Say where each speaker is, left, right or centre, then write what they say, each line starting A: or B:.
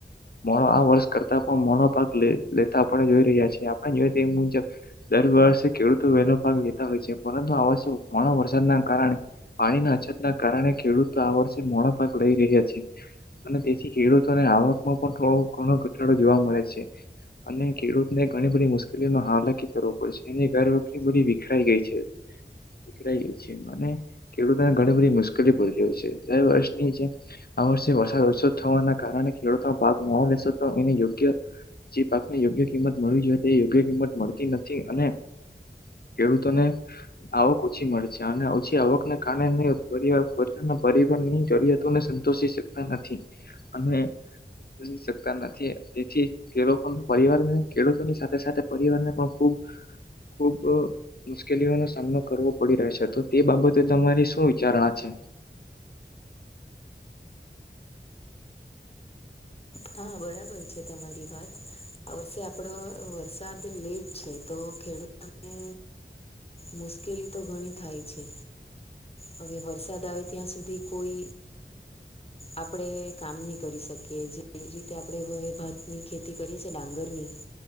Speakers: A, on the left; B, on the left.
A: મોણો આ વર્ષ કરતા પણ મોણો પાક લેતા આપણે જોઈ રહ્યા છીએ આપણેને જોઈ એ મુજબ. દર વર્ષે ખેડૂતો વહેલો ભાગ લેતા હોય છે પરંતુ આ વર્ષે મોણો વરસાદના કારણે પાણી ના અછત ના કારણે ખેડૂતો આ વર્ષે મોડા ભાગ લઈ રહ્યા છે. અને તેથી ખેડૂતોને આવકમાં પણ થોડો ઘણો ઘટાડો જોવા મળે છે. અને ખેડૂત ને ઘણી બી મુશ્કેલીઓનો હાલ નકી કરવો પડશે એને ઘર વખરી બધી વિખરાઈ ગઈ છે. છે ખેડૂતોને ઘણી બધી મુશ્કેલી પડી રહહી છે દર વર્ષની જે આ વર્ષ વરસાદ ઉસ થવાના કારણે ખેડૂતો પાક માો લેશ તો એને યોગ્ય. જે પાકને યોગ્ય કિંમત મળવી જોઈએ તે યોગ્ય કિંમત મળતી નથી અને ખેડૂતોને. આવક ઓછી મળેશે અને ઓછી આવકને કારણે પોતાના પરિવાર ની જરૂિયાત સંતોષી શકતા નથી અને શકતા નથી તેથી ખેડ પરિવાર ખેડૂતોની સાથે સાથે સાથે પરિવારને પણ ખૂબ ખૂબ. મુશ્કેલીઓનો સામનો કરવો પડી રહ્યો છે તો તે બાબતે તમારી શું વિચારણા છે.
B: હા બરાબર છે તમારી વાત. આ વર્ષે આપડો વરસાદ લેટ છે તો ખેડૂતોને મુશ્કેલી તો ઘણી થાય છે. હવે વરસાદ આવે ત્યાં સુધી કોઈ આપડે કામ નહી કરી શકીએ. જે જે રીતે આપણે હવે ભાતની ખેતી કરીએ છી ડાંગરની.